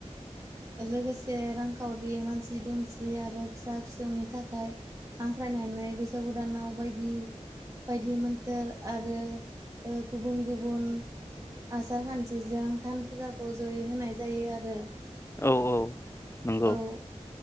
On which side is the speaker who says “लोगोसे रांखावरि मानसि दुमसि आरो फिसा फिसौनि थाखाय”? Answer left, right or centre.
Right